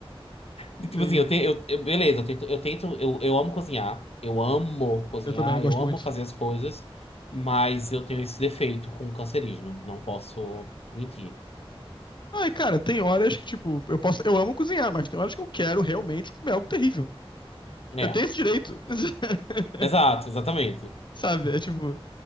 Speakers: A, on the left; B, on the left.
A: de, tipo
B: Sim,
A: assim, eu, tenho, eu, eu- beleza, eu tento, eu tento, eu, eu amo cozinhar, eu amo cozinhar,
B: eu também, eu gosto
A: eu amo
B: muito.
A: fazer as coisas, mas eu tenho esse defeito com o cancerígeno, não posso mentir.
B: Ai, cara, tem horas que, tipo, eu posso. Eu amo cozinhar, mas tem horas que eu quero realmente comer algo terrível.
A: É,
B: Eu tenho esse direito. <laughs>
A: exato, exatamente.
B: Sabe? É tipo,